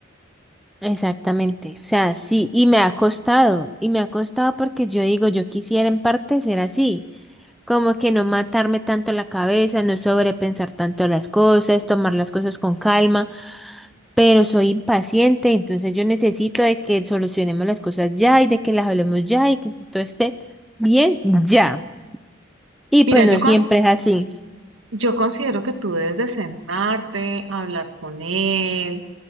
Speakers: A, in the centre; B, on the right.
A: Exactamente. O sea, sí, y me ha costado, y me ha costado porque yo digo, yo quisiera en parte ser así. Como que no matarme tanto la cabeza, no sobrepensar tanto las cosas, tomar las cosas con calma, pero soy impaciente, entonces yo necesito de que solucionemos las cosas ya y de que las hablemos ya y que todo esté bien ya. Y
B: Mira,
A: pues no
B: yo, cons-
A: siempre es así,
B: yo considero que tú debes de sentarte, hablar con él,